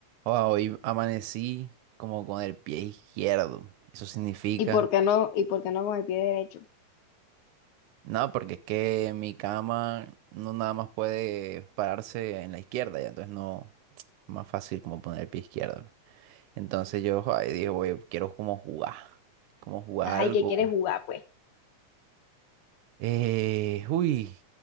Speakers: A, on the right (about 80°); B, on the left (about 80°).
A: Wow, hoy amanecí como con el pie izquierdo. Eso significa,
B: ¿Y por qué no, y por qué no con el pie derecho?
A: no, porque es que mi cama no nada más puede pararse en la izquierda, ya entonces no más fácil como poner el pie izquierdo. Entonces yo ay, dije, oye, quiero como jugar, como jugar
B: Ajá,
A: algo.
B: ¿y qué quieres jugar, pues?
A: Eh, uy,